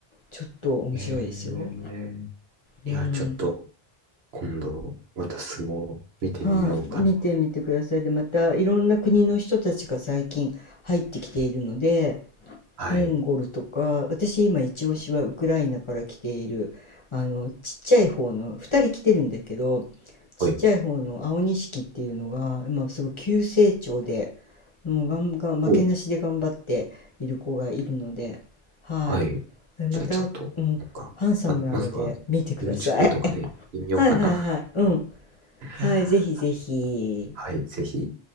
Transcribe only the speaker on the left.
ちょっと面白いですよ。
うん。
はい、見てみてください。で、またいろんな国の人たちが最近入ってきているので、
モンゴルとか、私今一押しはウクライナから来ている、あの、ちっちゃい方の、2人来てるんだけど、ちっちゃい方の青錦っていうのが、
今すごい急成長で、もうガンガン、負けなしで頑張っている子がいるので、
はい。
えまた、
うん、
ハンサムなので見てください。
<laughs> はいはいはい。うん。
はい、ぜひぜひ。